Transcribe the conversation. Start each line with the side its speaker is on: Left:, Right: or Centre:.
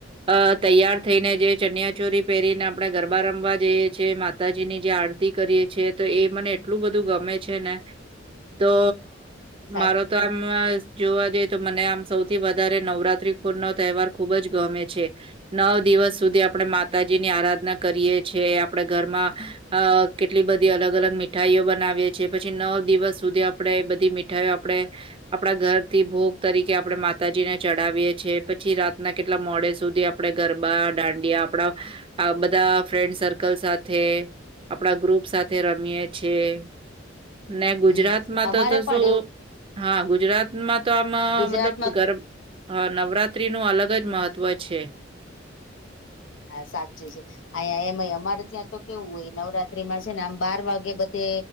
Right: અ તૈયાર થઈને જે ચનિયા ચોરી પહેરીને આપણે ગરબા રમવા જેઈ માતાજીની જે આરતી કરીએ છી તો એ મને એટલું બધું ગમે છે ને તો
Left: સાચ
Right: મારો તો આમ જોવા જઈએ તો મને આમ સૌથી વધારે નવરાત્રીપુર નો તહેવાર ખુબ જ ગમે છે. નવ દિવસ સુધી આપણે માતાજી ની આરાધના કરીએ છ છેએ આપણે ઘરમાં અ કેટલી બધી અલગ અલગ મીઠાઈઓ બનાવીએ છીએ પછી નવ દિવસ સુધી આપણેે બધી ઠું આપડે આપણા ઘરથી ભોગ તરીકે આપણેે માતાજીને ચડાવીએ છેએ પછી રાતના કેટલા મોડે સુધી આપે ગરબા દાંડિયા આપણા બધા ફ્રેન્ડક સરકલ--' લ સાથે આપડા ગ્રુપ સાથે રમીએ છેએ ને ગુજરાતમાં
Left: હમ અમારે
Right: તો તો
Left: પણ
Right: શું?
Left: એવું
Right: હા ગુજરાતમાં તો આમ
Left: ગુજરાતમાં
Right: મતલબ ગર હા નવરાત્રી નું અલગ જ મહત્વ છે.
Left: હા સાચી છે. અ એમ અમારે ત્યાં તો કેવું હોય નવરાત્રીમાં છે ને આમ બાર વાગે બધે